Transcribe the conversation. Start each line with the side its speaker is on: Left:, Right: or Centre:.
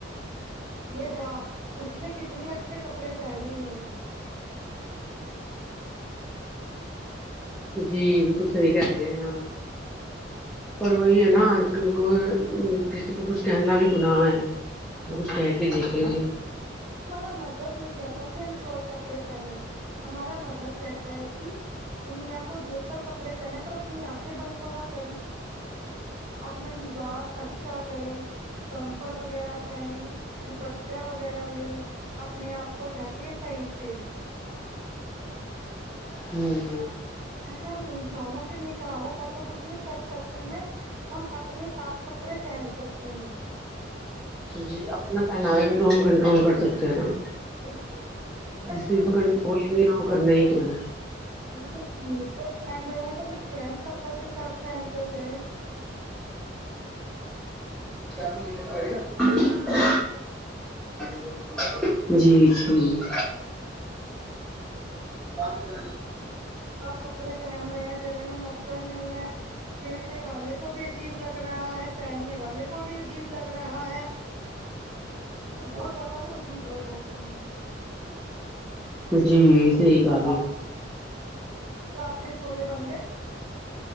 Right: یہ واہ اس نے کتنے اچھے کپڑے پہنے ہوئے ہیں
Centre: جی بالکل صحی کر رہی آپ پر وہی ہے نا آج کل کو کسی کو کچھ کہنا بھی گناہ ہے کو کچھ کہہ کے دیکھ لیتے ہے
Right: ہمارا مذہب نہیں کہتا کہ ہم شارٹ کپڑے پہنے ہمارا مذہب کہتا ہے کہ دنیا کو دیکھ کر کپڑے پہنے پر اپنی آنکھیں بند تو نہ کریں اپنا لباس اچھا کرے جمفر وغیرہ پہنے دوپٹیا وغیرہ لے اپنے آپ کو ڈھکے صحیح سے
Centre: ہوں
Right: آپ کو پتا ہے نا ہم انسانوں کے نکاحوں کا تو کچھ نہیں کر سکتے ہیں ہم اپنے آپ کپڑے پہن سکتے ہیں
Centre: جی اپنا پہناوے بھی تو ہم کنٹرول کر سکتے ہیں نا
Right: بالکل اگر
Centre: جس میں کنٹرول ھی نہ وو کرنا ھی کیا
Right: مگر دوست لوگ پھن رہے ہے تو اپنے فرینڈز سرکل کے ساتھ پھن کر جاۓ
Centre: کیا یہ گر پیے گا جی جی
Right: س
Centre: بے
Right: اپ کپڑے پہن رہے ہیں گلے میں مفلر نہیں ہے دیکھنے والے کو بھی عجیب لگ رہا ہے پہننے والے کو بھی بھی عجیب لگ رہا ہے تو بہت زیادہ وہ عجیب ہوتاتا
Centre: جی صحی کا
Right: تو آپ کے چھولے بن گئے